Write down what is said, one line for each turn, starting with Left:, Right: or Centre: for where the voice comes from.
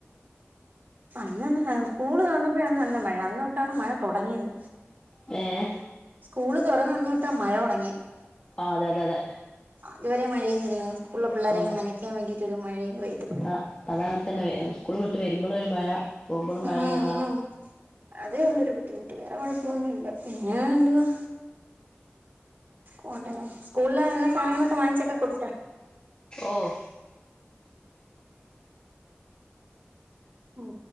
Right: അന്നന്ന് സ്കൂള് തുറന്നപ്പോഴാണ് നല്ല മഴ അന്ന് തൊട്ടാണ് മഴ തുടങ്ങിയത്
Left: ഏ
Right: സ്കൂള് തുറന്ന അന്നൊട്ടാ മഴ തുടങ്ങി
Left: ആഹ് അതെ അതെ അതെ
Right: അതുവരെ മഴൊന്നുല്ലിണം സ്കൂള പിള്ളരെയൊക്കെ
Left: ആഹ്
Right: നനയ്ക്കാൻ വേണ്ടീട്ട് ഒരു മഴയങ്ങ് പെയ്ത്
Left: ആഹ് അത അങ്ങനെ തന്നെ സ്കൂള് വിട്ട് വരുമ്പോളും ഒരു മഴ പോകുമ്പോളും
Right: ഉം
Left: മഴന്ന് പറഞ്ഞാല്
Right: ഉം അതേ ഉള്ളരു ബുദ്ധിമുട്ട് വേറെ കുഴപ്പൊന്നുല്ല പിന്നെ എന്തുവാ പോണ്ടേ സ്കൂളിൽ എല്ലാ സാനങ്ങളക്ക വാങ്ങിച്ചക്ക കുടുത്ത
Left: ഓഹ്
Right: ഉം